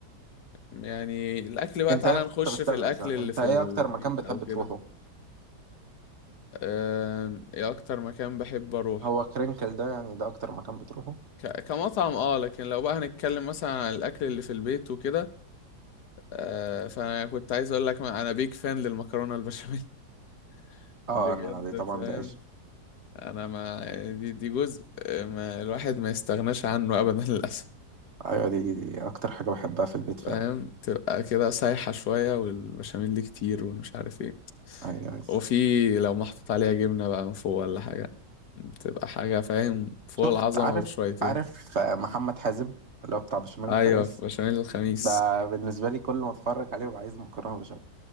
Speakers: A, on the left; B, on the right.
A: يعني الأكل بقى
B: أنت
A: تعالى
B: إيه أكتر
A: نخش
B: طب استنى
A: في الأكل
B: استنى.
A: اللي
B: أنت
A: في
B: إيه
A: البيت
B: أكتر مكان بتحب
A: أو كده
B: تروحه؟
A: أم، إيه أكتر مكان بحب أروحه
B: هو كرينكل ده يعني ده اكتر مكان بتروحه
A: ك- كمطعم اه لكن لو بقى هنتكلم مثلا عن الأكل اللي في البيت وكده أه، فأنا كنت عايز أقول لك ما- أنا بيك فان للمكرونة البشاميل <laughs> بجد
B: اه انا دي طبعا
A: فاهم
B: دي عيش
A: أنا ما يعني دي دي جزء ما الواحد ما يستغناش عنه أبدا للأسف
B: ايوه دي دي اكتر حاجه بحبها في البيت فعلا
A: فاهم تبقى كده سايحة شوية والبشاميل اللي كتير والمش عارف ايه
B: ايوه أيوة.
A: وفي لو محطوط عليها جبنة بقى من فوق ولا حاجة بتبقى حاجة فاهم فوق
B: شفت
A: العظمة
B: عارف
A: بشويتين
B: عارف آه، محمد حازم اللي هو بتاع بشاميل الخميس
A: أيوة بشاميل الخميس
B: ده بالنسبه لي كل ما اتفرج عليه ببقى عايز مكرونه بشاميل